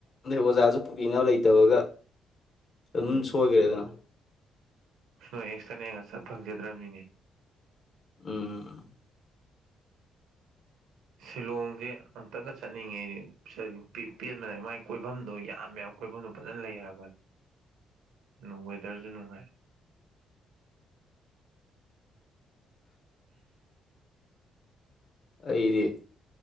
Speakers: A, on the left; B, on the right.
A: ꯑꯗꯩ ꯑꯣꯖꯥꯁꯨ ꯄꯨꯕꯤꯅꯕ ꯂꯩꯇꯕꯒ ꯆꯁꯨ
B: ꯎꯝ
A: ꯍꯒꯔꯦꯗꯅ
B: ꯅꯣꯏ ꯑꯦꯛꯁꯇ꯭ꯔꯥꯅꯦꯒ ꯆꯠ ꯐꯪꯖꯗ꯭ꯔꯕꯅꯤꯅꯦ
A: ꯎꯝ
B: ꯁꯤꯂꯣꯡꯁꯦ ꯑꯝꯇꯒ ꯆꯠꯅꯤꯡꯉꯩꯗꯤ ꯄꯦꯟꯕꯅꯏ ꯃꯒꯤ ꯀꯣꯏꯐꯝꯗꯣ ꯌꯥꯝꯃꯦ ꯑꯩꯈꯣꯏꯐꯝꯗ ꯐꯖꯅ ꯂꯩ ꯍꯥꯏꯕꯅꯤ ꯑꯗꯨ ꯋꯦꯗꯔꯁꯨ ꯅꯨꯡꯉꯥꯏ
A: ꯑꯩꯗꯤ